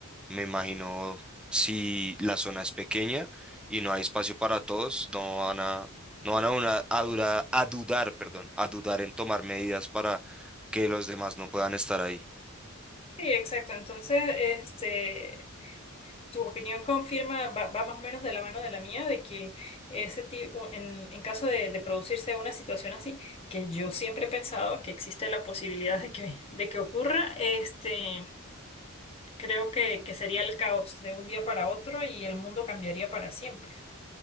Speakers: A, in the centre; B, on the left.
A: Me imagino si la zona es pequeña y no hay espacio para todos, no van a, no van a, una- a, dura- a dudar, perdón, a dudar en tomar medidas para que los demás no puedan estar ahí.
B: Sí, exacto. Entonces, este, tu opinión confirma, va, va más o menos de la mano de la mía, de que ese tipo, en, en caso de, de producirse una situación así, que yo siempre he pensado que existe la posibilidad de que, de que ocurra, este, creo que, que sería el caos de un día para otro y el mundo cambiaría para siempre.